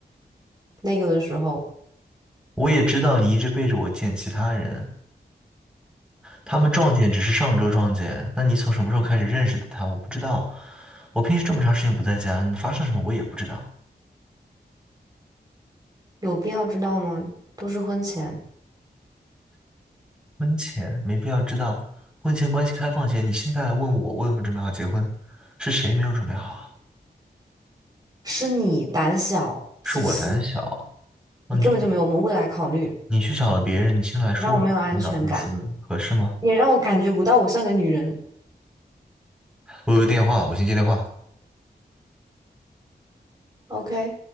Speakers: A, on the right; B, in the centre.
A: 那个的时候，
B: 我也知道你一直背着我见其他人，他们撞见只是上周撞见。那你从什么时候开始认识的他？我不知道。我平时这么长时间不在家，你们发生什么我也不知道。
A: 有必要知道吗？都是婚前，
B: 婚前没必要知道，婚前关系开放前，你现在来问我，我有没有准备好结婚？是谁没有准备好啊
A: 是你胆小自私，
B: 是我胆小，那你就别，
A: 你根本就没有我们未来考虑，
B: 你去找了别人，你现在来说我胆小自私，
A: 你让我没有安全感，
B: 合适吗？
A: 你让我感觉不到我像个女人。
B: 我有个电话，我先接电话。
A: OK，